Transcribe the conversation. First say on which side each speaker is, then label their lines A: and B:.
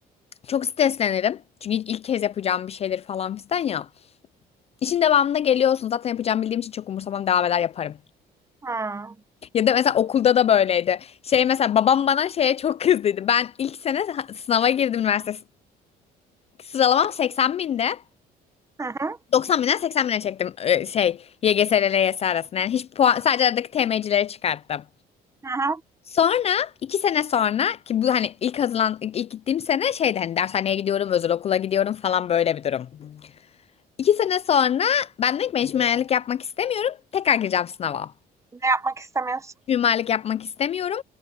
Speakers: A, on the left (about 35°); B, on the right (about 15°).
A: çok streslenirim. Çünkü ilk ilk kez yapacağım bir şeydir falan fistan ya. İşin devamında geliyorsun. Zaten yapacağımı bildiğim için çok umursamam devam eder yaparım.
B: Hımm.
A: Ya da mesela okulda da böyleydi. Şey mesela babam bana şeye çok kızdıydı. Ben ilk sene ha- sınava girdim üniversite. s- Sıralamam 80 binde.
B: Hı hı.
A: 90 binden 80 bine çektim e, şey YGS ile LYS arasında. Yani hiç puan sadece aradaki TM'cileri çıkarttım.
B: Hı hı.
A: Sonra iki sene sonra ki bu hani ilk hazırlan ilk ilk gittiğim sene şeydi hani dershaneye gidiyorum, özel okula gidiyorum falan böyle bir durum. İki sene sonra ben dedim ki ben hiç mimarlık yapmak istemiyorum. Tekrar gireceğim sınava.
B: Ne yapmak istemiyorsun?
A: Mimarlık yapmak istemiyorum.